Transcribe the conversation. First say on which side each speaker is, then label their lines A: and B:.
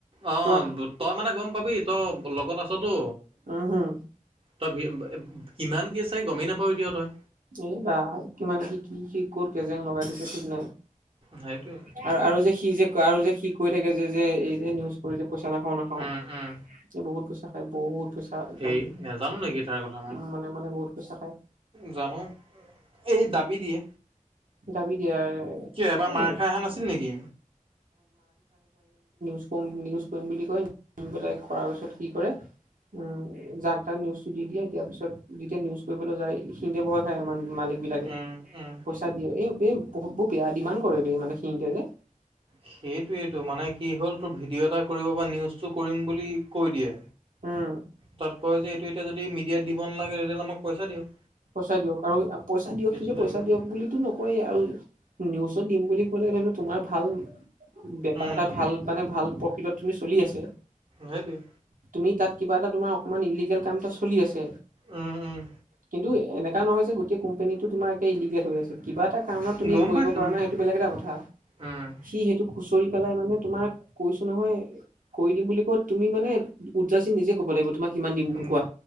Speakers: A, on the right; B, on the right.
A: অ,
B: কোৱা
A: তই মানে গম পাবি, তই লগত আছটো
B: উম হম
A: তই কিমান কি চাই, গমেই নাপাৱ এতিয়া তই
B: এই বা কিমান কি, কি, কি কত কেজেং লগাই থৈছে, ঠিক নাই।
A: সেইটোৱে
B: আৰু, আৰু যে সি যে, আৰু যে, সি কৈ থাকে যে, যে এই যে, নিউজ কৰি যে খানা খাও, নাখাও,
A: উম উম
B: এই বহুত পইচা খাই বহুত। পইচা একদম
A: হেই নাজানো নেকি তাৰ কথা মই
B: মানে, মানে বহুত পইচা খায়।
A: জানো এই দাবী দিয়ে।
B: দাবি দিয়ে।
A: কিয় এবাৰ মাৰ
B: এ
A: খাই, অহা নাআছিল নেকি।
B: ফ, নিউজ পাৰিম বুলি কৈ, কৰা পিছত কি কৰে, উম, যাক, যাক নিউজ দি দিয়ে, দিয়াৰ পিছত যেতিয়া, নিউজ কৰিবলৈ যায় সিতে ভই খায়, মানে মালিক বিলাকে
A: উম উম
B: পইচা দিয়ে, এই, এই বহুত ব বেয়া ডিমাড কৰে, মানে সিহিতে যে
A: সেইটোৱেইটো মানে কি হ'ল, তোৰ ভিডিঅ' এটা কৰিব, বা নিউজটো কৰিম বুলি কৈ দিয়ে।
B: উম।
A: তাত কয় যে, এইটো এতিয়া যদি মিডিয়াত দিব নালাগে, তেতিয়াহ'লে আমাক পইচা দিয়ক।
B: পইচা দিয়ক আৰু পইচা দিয়ক,
A: কেচটো
B: সিন্তে
A: তেনেকুৱা
B: পইচা দিয়ক বুলি নকয়েই, আৰু নিউজত দিম বুলি ক'লে, ধৰি লও তোমাৰ ভাল বেপাৰ
A: উম,
B: এটা, ভাল, মানে ভাল পত প্ৰফিট, তুমি চলি আছে।
A: সেতু এ,
B: তুমি তাত কিবা এটা তোমাৰ অকমান ইলিগেল কাম এটা চলি আছে,
A: উম, উম।
B: কিন্তু এনেকা নহয় যে গোটে, কোম্পেনীটো তোমাৰ একে ইলিগেল হৈ আছে, কিবা এটা কাৰণত, তুমি
A: গম
B: কৰিব
A: পাইছো
B: পৰা
A: উম।
B: নাই, সেইটো বেলেগ এটা কথা।
A: উম,
B: সি, সেইটোক খুচৰি পেলাই মানে তোমাৰ কৈছো নহয় কৰি দিম বুলি ক তুমি মানে উদজাচি নিজে ক'ব লাগিব তোমাক কিমান দিম বুলি
A: উম,
B: কোৱা